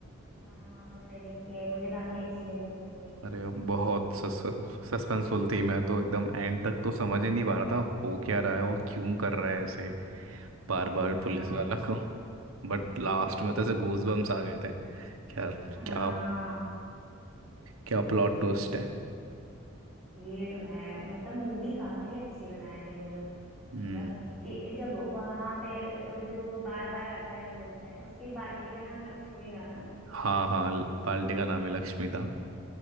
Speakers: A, in the centre; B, on the right.
A: हाँ मैंने देखी है मुझे काफी अच्छी लगी थी मूवी
B: अरे बहुत सस्पेंसफुल थी मैं तो एकदम एंड तक तो समझ ही नहीं पा रहा था हो क्या रहा है वो क्यों कर रहा है ऐसे बार बार
A: हाँ
B: पुलिस वाला को बट लास्ट में तो ऐसे गूजबम्स आ गए थे क्या
A: हाँ
B: क्या क्या प्लॉट ट्विस्ट है
A: ये तो है मतलब मूवी काफी अच्छी बनाए थे वो लोग
B: हम्म
A: मतलब कि जब वहां पे जो वो बार बार आता है बोलता है उसकी बाल्टी का नाम लक्ष्मी था ना
B: हाँ हाँ ल- पार्टी का नाम है लक्ष्मी था